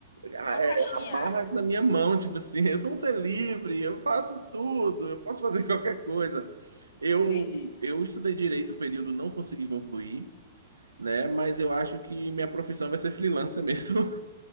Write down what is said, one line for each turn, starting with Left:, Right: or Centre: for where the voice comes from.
Right: a-
Left: Numa caixinha,
Right: é, amarras
Left: né?
Right: na minha mão, tipo assim, <laughs> eu sou um ser livre, eu faço tudo, eu posso fazer <laughs> qualquer coisa. Eu,
Left: Entendi.
Right: eu estudei direito um período, não consegui concluir, né? Mas eu acho que minha profissão vai ser freelancer <laughs> mesmo.